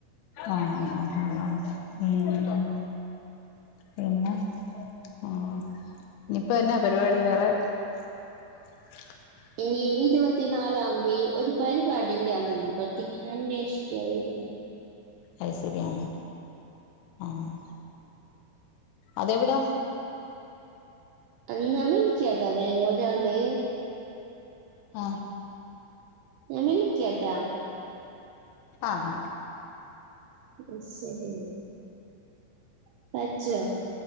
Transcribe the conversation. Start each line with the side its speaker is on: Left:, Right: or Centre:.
Left: ആഹ് ആഹ് ആഹ് ആഹ് ആഹ് ഉം പിന്ന ആഹ് ഇനിയിപ്പ എന്നാ പരിപാടി വേറെ <unintelligible>
Right: എനീ ഈച്ചും പത്തിലും നാലാം തീയതി ഒരു പരിപാടിണ്ടേ അതിനെ പറ്റി ഇങ്ങനെ അന്വേഷിക്കായിരുന്നു
Left: അത്ശരിയാ ആഹ് ആഹ് അതെവിട
Right: അത് ഞാൻ വിളിക്കിയാട്ടോ അത് ഒരാള്
Left: ആഹ്
Right: ഞാൻ വിളിക്കാട്ടാ
Left: ആഹ്
Right: അത് ശരി <unintelligible>